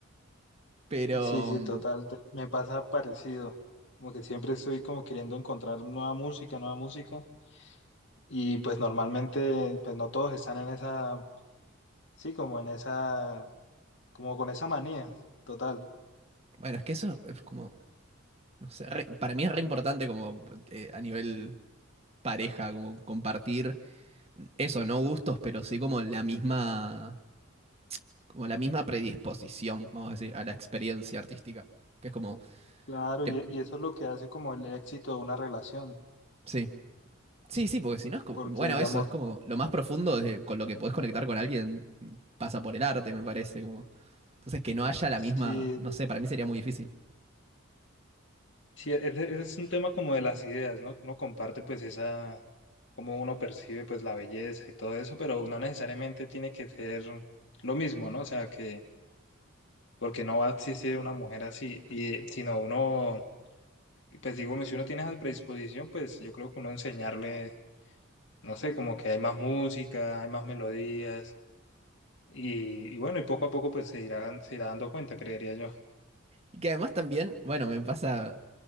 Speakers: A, on the right; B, on the left.
A: Pero,
B: Sí, sí,
A: mm,
B: total. te- Me pasa parecido. Como que siempre estoy como queriendo encontrar nueva música, nueva música. Y pues normalmente, pues no todos están en esa, sí, como en esa, como con esa manía, total.
A: bueno, es que eso es como, no sé, re- para mí es re importante como eh, a nivel pareja, como compartir eso, no gustos, pero sí como la misma como la misma predisposición, vamos a decir, a la experiencia artística. Que es como,
B: Claro,
A: te-
B: y, y eso es lo que hace como el éxito de una relación.
A: sí, sí, sí, porque si no es como,
B: Porque
A: bueno,
B: digamos,
A: eso es como lo más profundo desde- con lo que podés conectar con alguien pasa por el arte, me parece. Como. Entonces, que no haya la
B: sí,
A: misma, no sé, para mí sería muy difícil.
B: Sí, e- ese es un tema como de las ideas, ¿no? Uno comparte pues esa, cómo uno percibe pues la belleza y todo eso, pero no necesariamente tiene que ser lo mismo, ¿no? O sea, que, porque no va a existir una mujer así, y, sino uno, pues digo, si uno tiene esa predisposición, pues yo creo que uno enseñarle, no sé, como que hay más música, hay más melodías, y, y bueno, y poco a poco pues se irá, se irá dando cuenta, creería yo.
A: Y que además también, bueno, me pasa,